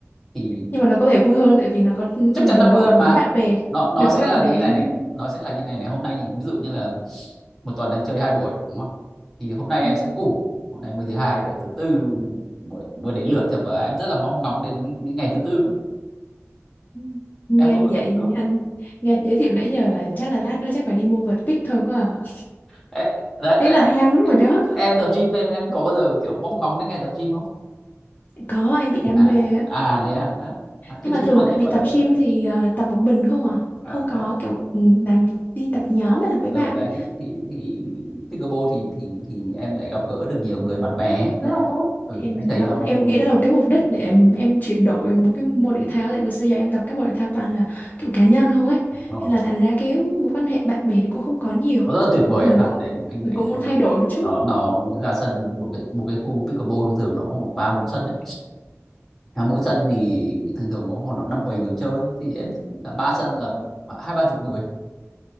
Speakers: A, in the centre; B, on the left.
A: thì
B: nhưng mà nó có vẻ vui hơn tại vì nó có
A: chắc chắn
B: đồng
A: là vui
B: đội
A: hơn
B: nó
A: mà
B: có bạn bè
A: nó nó
B: nó
A: sẽ
B: có bạn
A: là như
B: bè
A: này này
B: <laughs>
A: nó sẽ là như này này hôm nay ví dụ như là một tuần em chơi hai buổi đúng không thì hôm nay em
B: Ừ,
A: sẽ ủ hôm nay mới thứ hai được thứ tư mới, mới đến lượt thôi mà em rất là mong ngóng đến cái ngày thứ tư ấy.
B: ừ. nghe
A: em có
B: anh vậy
A: đó.
B: anh nghe anh giới thiệu nãy giờ là chắc là lát nữa chắc phải đi mua vợt pick thôi quá à
A: Ê, đấy,
B: thế
A: đấy
B: là ham lắm rồi đó
A: em tập gym em em có bao giờ kiểu mong ngóng đến ngày tập gym không
B: có em bị đam
A: à
B: mê á
A: à đấy à đấy à, thế
B: Nhưng mà
A: thế
B: thường
A: nhưng mà
B: là tại
A: nhưng
B: vì
A: mà
B: tập
A: ở
B: gym thì ờ, tập một mình không à?
A: ở
B: Không có
A: đấy
B: kiểu ừ, làm đi tập nhóm mà là với
A: ở
B: bạn
A: đấy
B: ấy.
A: thì thì thì pickleball thì thì thì em lại gặp gỡ được nhiều người bạn bè rất
B: Đó.
A: là tốt ừ,
B: Em
A: anh thấy
B: đó,
A: nó
B: em
A: nó,
B: nghĩ đó là một cái mục đích để em, em chuyển đổi một cái môn thể thao tại vì xưa giờ em tập các môn thể thao toàn là kiểu cá nhân không ấy.
A: nó
B: Nên là thành ra cái mối quan hệ bạn bè thì cũng không có nhiều.
A: nó rất là tuyệt vời
B: Thôi
A: em
B: mình
A: ạ
B: cũng
A: đấy anh
B: mình
A: anh
B: cũng muốn
A: em
B: thay đổi một chút.
A: nó nó ra sân một cái một cái khu pickleball thường thường nó khoảng ba bốn sân đấy À, mỗi sân thì thường thường có khoảng độ năm bảy người chơi thì em là ba sân là hai ba chục người